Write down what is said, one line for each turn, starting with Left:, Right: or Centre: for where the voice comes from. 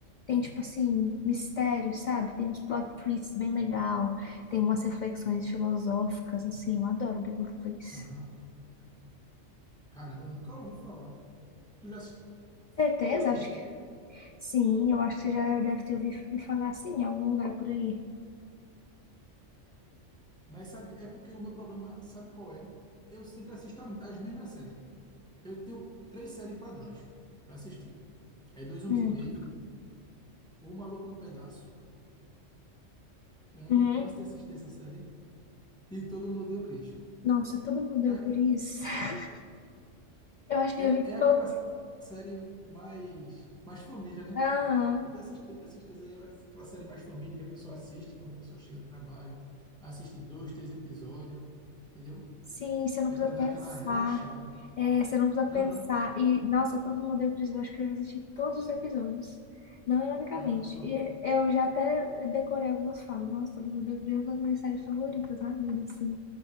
Left: tem tipo assim, mistério, sabe? Tem uns plot twists bem legal, tem umas reflexões filosóficas, assim, eu adoro The Good Place.
Centre: aham. Caramba, eu nunca ouvi falar. Tu já assistiu
Left: Certeza?
Centre: ela toda,
Left: Acho que
Centre: foi?
Left: sim, eu acho que você já deve ter ouvido me falar assim em algum lugar por aí.
Centre: Mas sabe, é porque o meu problema, sabe qual é? Eu sempre assisto a- as mesmas séries. Eu tenho três séries padrões para assistir. É Dois Homens
Left: Hum.
Centre: e Meio, O Maluco no Pedaço, que eu não
Left: Uhum.
Centre: me canso de assistir essa série, e Todo Mundo Odeia o Chris.
Left: Nossa, todo mundo deu
Centre: É
Left: por isso. <laughs> Eu acho que
Centre: É,
Left: eu já vi
Centre: é aquela
Left: todo.
Centre: série mais, mais família, né?
Left: Aham.
Centre: Até essas, te- essas três aí, é aquela série mais família que a pessoa assiste quando a pessoa chega do trabalho, assiste dois, três episódios, entendeu?
Left: Sim, você não
Centre: Que
Left: precisa
Centre: é para dar
Left: pensar.
Centre: aquela relaxada.
Left: É, você não precisa
Centre: Aham,
Left: pensar. E, nossa, todo mundo deu o Chris. Eu acho que eu já assisti todos os episódios. Não ironicamente.
Centre: aham, pronto,
Left: E eu já até decorei algumas falas. Nossa, todo mundo deu o Chris é uma das minhas séries favoritas na vida, assim.